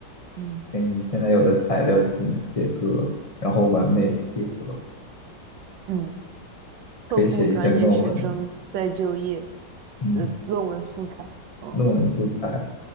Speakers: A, on the right; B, on the left.
A: 嗯
B: 跟你现在有的材料进行切割，然后完美地合，
A: 嗯嗯。
B: 可以写一篇论文了
A: 特控专业学生再就业，
B: 嗯，
A: 的论文素材，嗯，
B: 论文素材。